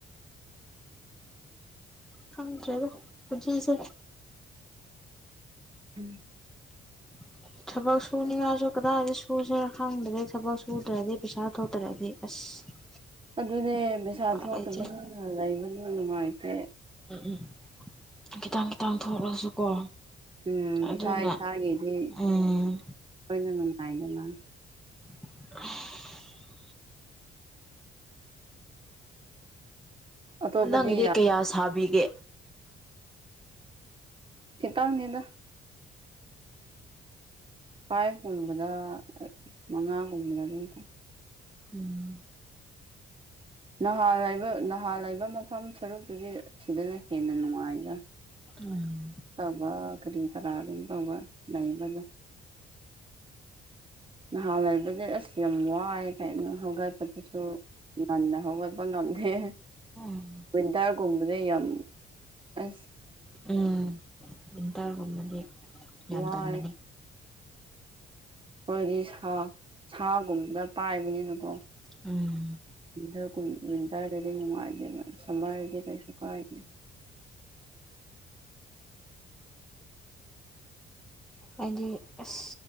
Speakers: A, in the centre; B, on the right.
A: ꯈꯪꯗ꯭ꯔꯦꯗ ꯄꯨꯟꯁꯤꯁꯦ
B: ꯎꯝ
A: <inaudible> ꯊꯕꯛ ꯁꯨꯅꯤꯡꯉꯥꯏꯁꯨ ꯀꯗꯥꯏꯗ ꯁꯨꯁꯦꯔ ꯈꯪꯗ꯭ꯔꯦ ꯊꯕꯛ ꯁꯨꯗ꯭ꯔꯗꯤ ꯄꯩꯁꯥ ꯊꯣꯛꯇ꯭ꯔꯗꯤ ꯑꯁ
B: ꯑꯗꯨꯅꯦ ꯄꯩꯁꯥ
A: ꯎꯄꯥꯏ
B: ꯊꯣꯛꯇꯕꯅꯤꯅ
A: ꯂꯩꯇꯦ
B: ꯂꯩꯕ <unintelligible> ꯅꯨꯡꯉꯥꯏꯇꯦ
A: ꯎꯝ ꯎꯝ ꯈꯤꯇꯪ ꯈꯤꯇꯪ ꯊꯣꯛꯂꯁꯨꯀꯣ
B: ꯎꯝ
A: ꯑꯗꯨꯅ
B: ꯏꯁꯥ ꯏꯁꯥꯒꯤꯗꯤ
A: ꯎꯝ
B: ꯂꯣꯏꯅ ꯅꯨꯡꯉꯥꯏꯗꯅ
A: <inaudible>
B: ꯑꯇꯣꯞꯄꯗꯤ
A: ꯅꯪꯒꯤꯗꯤ
B: ꯌꯥꯝ
A: ꯀꯌꯥ ꯁꯥꯕꯤꯒꯦ
B: ꯈꯤꯇꯪꯅꯤꯗ ꯐꯥꯏꯚꯒꯨꯝꯕꯗ ꯃꯉꯥꯒꯨꯝꯕꯗ ꯑꯗꯨꯝ <inaudible>
A: ꯎꯝ
B: ꯅꯍꯥꯟ ꯂꯩꯕ ꯅꯍꯥꯟ ꯂꯩꯕ ꯃꯐꯝ ꯁꯔꯨꯛꯇꯨꯗꯤ ꯁꯤꯗꯅ ꯍꯦꯟꯅ ꯅꯨꯡꯉꯥꯏꯗ
A: ꯎꯝ
B: ꯇꯧꯕ ꯀꯔꯤ ꯀꯔꯥ ꯑꯗꯨꯝ ꯇꯧꯕ ꯂꯩꯕꯅꯦ ꯅꯍꯥꯟ ꯂꯩꯕꯗꯤ ꯑꯁ ꯌꯥꯝ ꯋꯥꯏ ꯀꯩꯅꯣ ꯍꯧꯒꯠꯄꯗꯁꯨ ꯉꯟꯅ ꯍꯧꯒꯠꯄ ꯉꯝꯗꯦ
A: ꯎꯝ
B: ꯋꯤꯟꯇꯔꯒꯨꯝ ꯕꯗꯤ ꯌꯥꯝ ꯑꯩ
A: ꯎꯝ ꯋꯤꯟꯇꯔꯒꯨꯝꯕꯗꯤ ꯌꯥꯝ
B: ꯋꯥꯏ
A: ꯇꯟꯕꯅꯦ
B: ꯑꯩꯈꯣꯏꯗꯤ ꯁꯥ ꯁꯥꯒꯨꯝꯕꯅ ꯄꯥꯏꯕꯅꯤꯅꯀꯣ
A: ꯎꯝ
B: ꯋꯤꯟꯇꯔꯒꯨꯝ ꯋꯤꯟꯇꯔꯗꯗꯤ ꯅꯨꯡꯉꯥꯏꯇꯦꯕ ꯁꯝꯃꯔꯗꯗꯤ ꯀꯩꯁꯨ ꯀꯥꯏꯗꯦ
A: ꯑꯩꯗꯤ ꯑꯁ